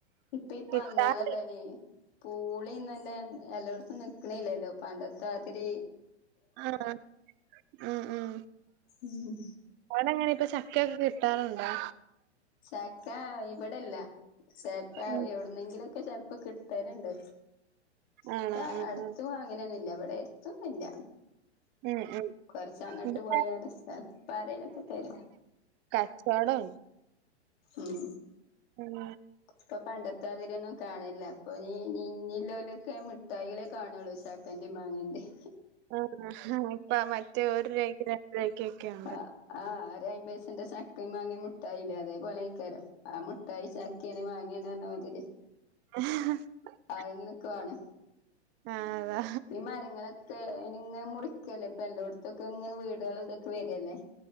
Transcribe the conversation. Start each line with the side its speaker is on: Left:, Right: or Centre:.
Left: ഇപ്പൊ ഈ
Right: കിട്ടാറി
Left: പന്ന്യാൾ ഇണ്ടായേനെ പൂളിം തന്നെ എല്ലോട്ത്തും നിക്ക്ണില്ലല്ലോ പണ്ടത്തെ മാതിരി
Right: ആഹ്‌ ഉം ഉം
Left: ഉം
Right: അവ്ടെങ്ങനെ ഇപ്പ ചക്കൊക്കെ കിട്ടാറുണ്ടോ
Left: ചക്ക ഇബ്ടെല്ല ചെൽപ്പ
Right: ഉം
Left: എവിടുന്നെങ്കിലുംഒക്കെ ചെൽപ്പ ഇപ്പ കിട്ടല്ണ്ട്
Right: ആണോ
Left: ഇപ്പ
Right: ആഹ് ആഹ്
Left: അടുത്തും അങ്ങനെയൊന്നുംല്ല ഇവിടെ ഇല്ല
Right: ഉം ഉം
Left: കുറച് അങ്ങട്ട്
Right: ഇവിടെ
Left: പോയാല് ചെല്പ്പൊ ആരേലും ഒക്കെ തെരും
Right: കച്ചോടും
Left: ഉം
Right: ഉം
Left: ഇപ്പൊ പണ്ടത്തെ മാതിരി ഒന്നും കാണലില്ല അപ്പൊ ഇനീ ഇനി ഇള്ളോലൊക്കെ മിട്ടായിളെ കാണുള്ളൂ ചക്കെന്റേം മാങ്ങെന്റേം
Right: ആഹ അപ്പ മറ്റേ ഓര് ആക്ക <unintelligible>
Left: ആഹ്‌ ആഹ് ഒര് അയ്പൈസിന്റെ ചക്കിം മാങ്ങിം മുട്ടായില്ലേ അതേപോലെ ആയിക്കാരം ആ മുട്ടായി ചക്കെണ് മാങ്ങേണ് പറഞ്ഞ മാതിരി
Right: <unintelligible>
Left: ആഹ്‌ എങ്ങനെയൊക്കെ ആണ്
Right: ആഹ് അതാ
Left: ഈ മരങ്ങളൊക്കെ അയിന് ഇങ്ങനെ മുറിക്കല്ലേ ഇപ്പൊ എല്ലോട്ത്തൊക്കെ ഇങ്ങനെ വീടാളും ഇതൊക്കെ വരല്ലേ